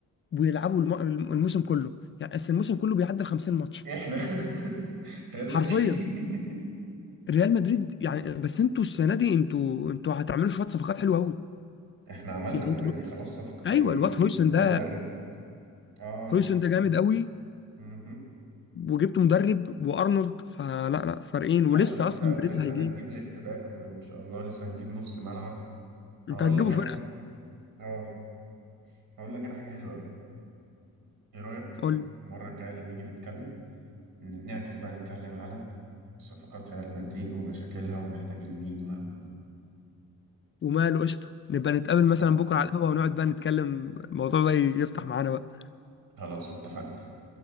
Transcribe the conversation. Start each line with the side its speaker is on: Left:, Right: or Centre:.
Left: ويلعبوا الم- الم- الموسم كله يعني بس الموسم كله بيعدي 50 ماتش
Right: احنا <laughs> ريال
Left: حرفيا
Right: مدريد
Left: ريال مدريد يعني بس انتوا السنه دي انتوا انتوا هتعملوا شويه صفقات حلوه قوي
Right: <laughs> احنا عملنا
Left: يعني
Right: اوريدي
Left: انتوا
Right: خلاص صفقتين
Left: ايوه الواد هويسن
Right: ومدرب
Left: ده
Right: اه
Left: هويسن ده جامد قوي
Right: مهم.
Left: وجبت مدرب وارنولد فلا لا فارقين
Right: لا
Left: ولسه
Right: ولسه
Left: اصلا
Right: ولسه
Left: بريز هيجيب
Right: هنجيب ليفت باك ان شاء الله لسه هنجيب نص ملعب
Left: انت
Right: هقول
Left: هتجيبوا
Right: لك انا
Left: فرقه
Right: ح... اه هقول لك انا حاجه حلوه قوي ايه رايك
Left: قول لي.
Right: المره الجايه اللي نيجي نتكلم ن- نعكس بقى نتكلم على صفقات ريال مدريد ومشاكلها ومحتاجين مين و و و
Left: وماله قشطه نبقى نتقابل مثلا
Right: اتفق-
Left: بكره على القهوه ونقعد بقى نتكلم الموضوع ده يفتح معانا بقى
Right: خلاص اتفقنا